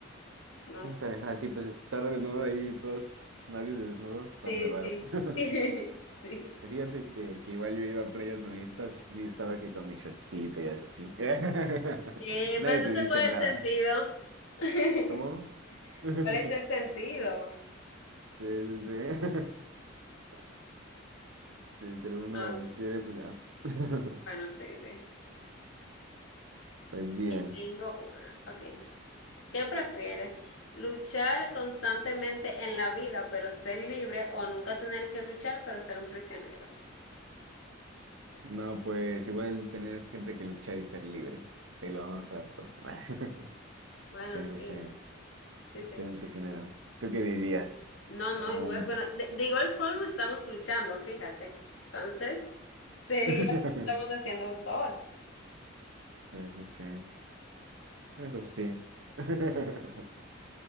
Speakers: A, on the left; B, on the right.
A: No,
B: ¿Quién
A: s-
B: sabe? Ajá, sí, pues estar desnudo ahí, todos, nadie desnudo, está
A: sí,
B: muy raro.
A: sí.
B: <laughs>
A: <laughs> Sí.
B: Y Fíjate que, que igual yo he ido a playas nudistas y sí estaba que con mi shortcito y así. <laughs>
A: Eh,
B: Nadie
A: pero
B: te
A: entonces,
B: dice
A: ¿cuál
B: nada.
A: es el sentido? <laughs>
B: ¿Cómo? <laughs>
A: ¿Cuál es el sentido?
B: Sí, sí, sí. <laughs> Sí, si alguno
A: Ok,
B: quiere, pues ya. <laughs>
A: bueno, sí, sí.
B: Pues bien.
A: Tengo una. Ok. ¿Qué prefieres? ¿Luchar constantemente en la vida, pero ser libre, o nunca tener que luchar, pero ser un prisionero?
B: No, pues igual tener siempre que luchar y ser libre. Sí, lo vamos a todo. <laughs>
A: Bueno,
B: Sí,
A: sí,
B: sí, sí.
A: sí, sí.
B: Ser un prisionero. ¿Tú qué dirías?
A: No, no,
B: O
A: igual.
B: un-
A: Bueno, de, de igual forma estamos luchando, fíjate. Entonces, sería
B: <laughs>
A: lo que estamos haciendo justo ahora.
B: Sí, sí, sí. Eso sí. <laughs>